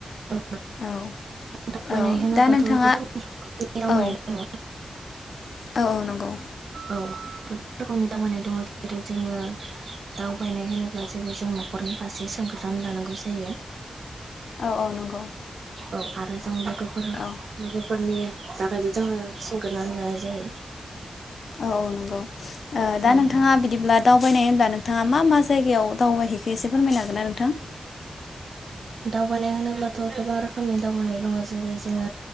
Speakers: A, on the right; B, on the left.
A: औ
B: औ
A: दावबायनाय
B: औ
A: होनोब्लाथ'
B: दा नोंथाङा
A: गोबां दावबायनाय
B: औ।
A: दङ
B: औ औ नंगौ
A: औ। गोबां रोखोमनि दावबायनाय दङ जेरै जोङो। दावबायनाय होनोब्ला जेरै जों न'खरनि फारसे सोंगोरनानै लानांगौ जायो।
B: औ औ नंगौ
A: औ आरो जों लोगोफोर
B: औ
A: लोगोफोरनि जागा जोङो सोंगोरनानै लानाय जायो।
B: औ औ नंगौ दा
A: औ
B: नोंथाङा बिदिब्ला दावबायनाय होनब्ला नों। थाङा मा मा जायगायाव दावबायहैखो एसे फोरमायनो हागोनना नोंथां।
A: दावबायनाय होनोब्लाथ' गोबां रोखोमनि दावबायनाय दङ जेरै जोङो